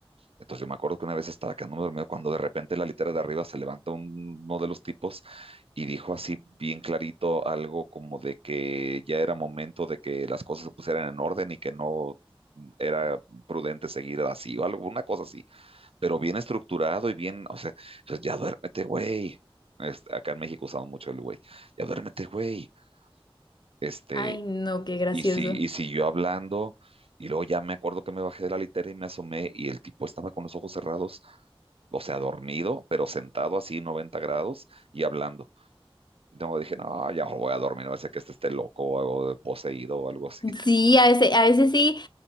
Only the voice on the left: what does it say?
Ay, no, qué gracioso.
Sí, a veces, a veces sí.